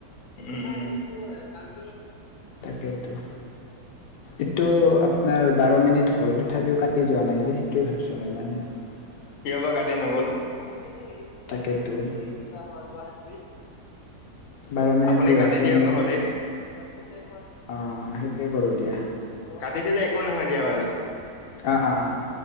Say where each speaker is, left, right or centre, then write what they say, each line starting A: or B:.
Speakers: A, on the left; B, on the left.
A: উমঁ, উমঁ--কামটো
B: তাকে তেতো। এইটো আপোনাৰ বাৰ মিনিট হ'ল, তথাপিও কাটি যোৱা নাই যে। সেইটোৱেই ভাবিছোঁ। যমেইমানানে <unintelligible>
A: কিয় বা কাতি নগল <unintelligible>
B: তাকেতো
A: <inaudible>
B: বাৰ মিনিট
A: আপুনি
B: গৈ
A: কাটি
B: ওঠৰ
A: দিয়ক,
B: মিনিট
A: নহ'লে। কাটি
B: অ সেইটোৱে কৰোঁ দিয়া
A: দিলে। নহয়, দিয়ক বাৰু।
B: অ অ অ